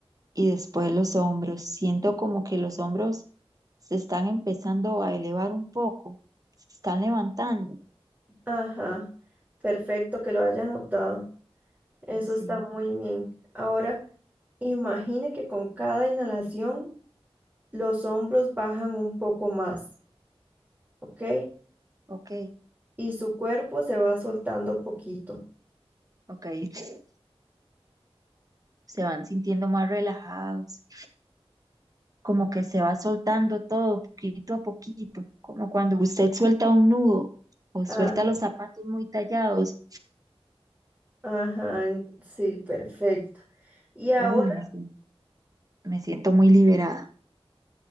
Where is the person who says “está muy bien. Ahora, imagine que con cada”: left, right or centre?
Right